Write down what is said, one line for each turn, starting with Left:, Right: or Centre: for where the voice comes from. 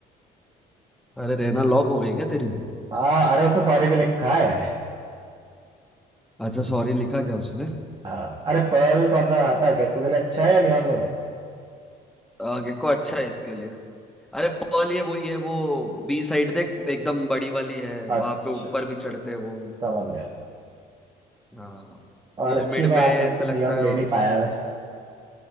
Centre: अरे रहना लॉक हो गई क्या तेरी
Right: हाँ अरे उसने सॉरी भी लिखा है
Centre: अच्छा सॉरी लिखा क्या उसने
Right: हाँ अरे पर्ल कौन सा आता है गेको के लिए अच्छा है या नियॉन लूं
Centre: आ, गेको अच्छा है इसके लिए अरे पर्ल ये वही है वो बी साइड देख एकदम बड़ी वाली है वहां
Right: अच्छा
Centre: पे ऊपर भी चढ़ते हैं वो
Right: समझ गया
Centre: हाँ वो
Right: और अच्छी
Centre: मिड
Right: बात
Centre: में ऐसा
Right: है कि नियॉन
Centre: लगता है
Right: ले नहीं पाया मैं